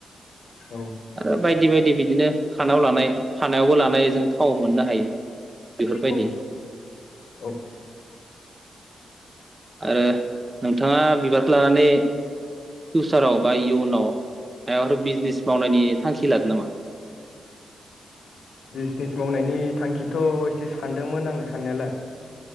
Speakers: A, on the left (about 75°); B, on the right (about 25°).
A: औ
B: आरो बायदि-बायदि बिदिनो खानायाव लानाय खानायावबो ला नाय जों थाव मोननो हायो। बेफोरबायदि
A: औ औ औ
B: आरो नोंथाङा बिबार लानानै फिउचाराव बा इयुनाव मायबाफोर बिजनेस मावनायनि थांखि लादों नामा?
A: बिजनेस मावनायनि थांखिथ' एसे सानदोंमोन आंङो साननायालाय